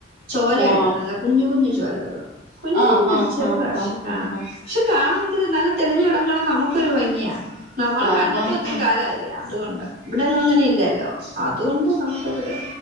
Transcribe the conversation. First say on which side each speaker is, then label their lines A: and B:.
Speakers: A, on the right; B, on the right.
A: ചോലയുണ്ട്
B: വാ
A: നല്ല കുഞ്ഞു, കുഞ്ഞ് ചോലകള് കുഞ്ഞു,
B: ആഹ്
A: കുഞ്ഞു
B: ആഹ്
A: ചെറുതാ
B: ആഹ്
A: പക്ഷെ
B: ആഹ്
A: കാണാൻ
B: ആഹ്
A: ക്ഷെ കാണാൻ ന്തൊരു നല്ല തെളിഞ്ഞു വെള്ളം കാണാം നമുക്കൊരു ഭംഗിയാ. നമ്മളെ
B: ആഹ്
A: കണ്ടിട്ട്
B: ആഹ് ആഹ്
A: ഒത്തിരി
B: ആഹ്
A: കാലായില്ലേ? ആഹ് തുകൊണ്ടാ. വ്ടെങ്ങു അങ്ങനെ ഇല്ലല്ലോ. അതുകൊണ്ട് നമുക്കതൊരു